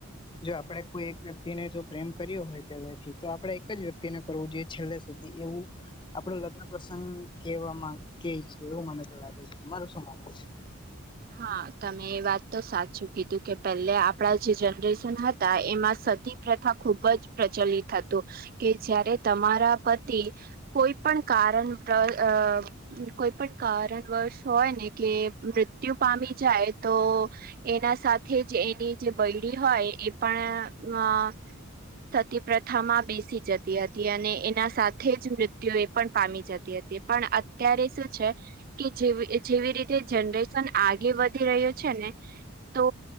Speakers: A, on the left; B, on the right.
A: જો આપડે કોઈ એક વ્યક્તિને જો પ્રેમ કર્યો હોય પેલેથી તો આપડે એક જ વ્યક્તિને કરવું જોઈએ છેલ્લે સુધી એવું આપડો લગ્ન પ્રસંગ કેવા માં કે છે એવું મને તો લાગે છે તમારૂ શું માનવું છે.
B: હા તમે એ વાત તો સાચું કીધું કે પહેલે આપણા જે જનરેશન હતા એમાં સતી પ્રથા ખૂબ જ પ્રચલિત હતું કે જ્યારે તમારા પતિ કોઈ પણ કારન તલ અ કોઈ પણ કારણવર્શ હોય ને કે મૃત્યુ પામી જાય તો એના સાથે જ એની જે બૈડી હોય એ પણ અ સતી પ્રથામાં બેસી જતી હતી અને એના સાથે જ મૃત્યુ એ પણ પામી જતી હતી. પણ અત્યારે શું છે કે જેવ એ જેવી રીતે જનરે શન આગે વધી રહ્યો છે ને તો